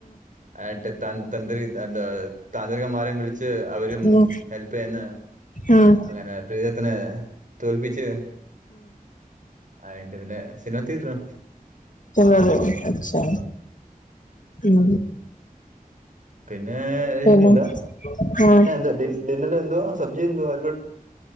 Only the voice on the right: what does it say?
<unintelligible> <unintelligible> താന്ത്രികന്മാരെയും വിളിച്ച് അവരും
ഹെൽപ്പ് ചെയ്യുന്ന
അങ്ങനെ പ്രീതത്തിനെലെ തോൽപിച്ച് ആയിട്ട് പിന്നെ സിനിമ തീർന്ന്
പിന്നെ <unintelligible>
എന്തുവാ
<unintelligible> ഡി ഡിന്നർന് എന്തുവാ സദ്യ എന്തുവാര്